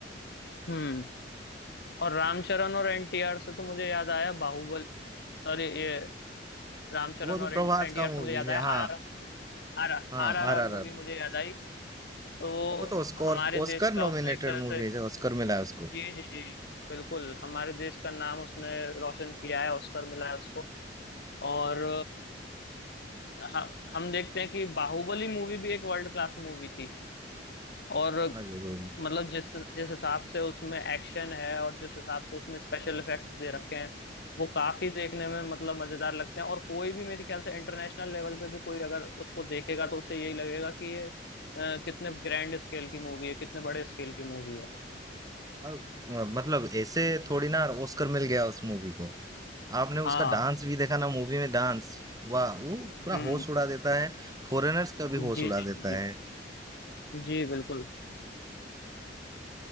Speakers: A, on the left; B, on the right.
A: हम्म और रामचरण और एनटीआर से तो मुझे याद आया बाहुबल सॉरी ये रामचरण
B: वो तो
A: और एनटीआर
B: प्रभास का मूवी
A: से मुझे याद
B: है
A: आया RRR
B: हाँ
A: R R
B: हाँ
A: R R
B: आर
A: R
B: आर
A: movie
B: आर
A: मुझे याद आई तो वो
B: वो तो ऑस्कर
A: हमारे
B: ऑस्कर
A: देश का
B: नॉमिनेटेड
A: उसने एक तरह
B: मूवी
A: से
B: है जो ऑस्कर मिला है उसको
A: जी जी जी बिल्कुल हमारे देश का नाम उसने रोशन किया है ऑस्कर मिला है उसको और अ, ह- हम देखते हैं कि बाहुबली मूवी भी एक वर्ल्ड क्लास मूवी थी और
B: हाँ जरूर
A: मतलब जिस जिस हिसाब से उसमें एक्शन है और जिस हिसाब से उसमें स्पेशल इफेक्ट्स दे रखे हैं वो काफी देखने में मतलब मजेदार लगते हैं और कोई भी मेरे ख्याल से इंटरनेशनल लेवल पे भी कोई अगर उसको देखेगा तो उसे यही लगेगा कि ये अ, कितने ग्रैंड स्केल की मूवी है कितने बड़े स्केल की मूवी है
B: अब, अ, मतलब ऐसे थोड़ी ना ऑस्कर मिल गया उस मूवी को आपने
A: हाँ
B: उसका डांस भी देखा ना मूवी में डांस वाह वो पूरा
A: हम्म
B: होश उड़ा देता है फॉरेनर्स का भी होश
A: जी
B: उड़ा
A: जी
B: देता
A: जी जी
B: है
A: जी बिल्कुल